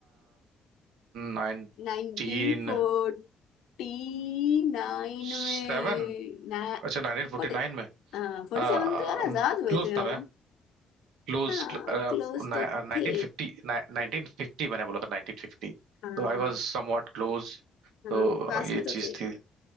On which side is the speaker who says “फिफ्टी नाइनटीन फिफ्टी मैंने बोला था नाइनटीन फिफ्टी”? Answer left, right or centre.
Right